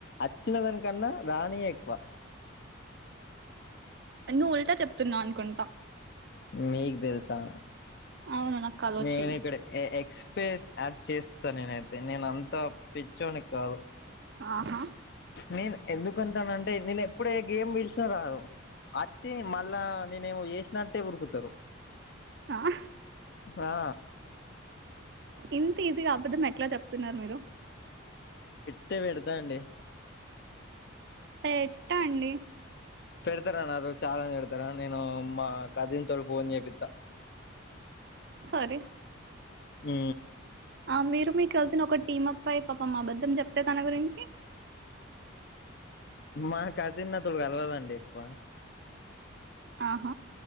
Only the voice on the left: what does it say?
అచ్చిన దానికన్నా రానివే ఎక్కువ
మీక్ దెల్సా
నేను
ఇక్కడ ఏ ఎక్స్పీ యాడ్ చేస్ త్తా నేనైతే నేను అంతా పిచ్చోనిక్ కాదు
నేను ఎందుకుంటానంటే నేను ఎప్పుడ ఏ గేమ్ పిలిచినా రాదు అచ్చి మళ్ళా నేనేమో జేసినట్టే ఉరుకుతరు
హా
అట్టే పెడదా అండి
పెడతారా నాతో చాలెంజ్ పెడతారా నేను మా కజిన్ తోటి ఫోన్ చేపిత్తా
ఉ
మా కజిన్ నాతోటి కల్వదండి ఎక్కువ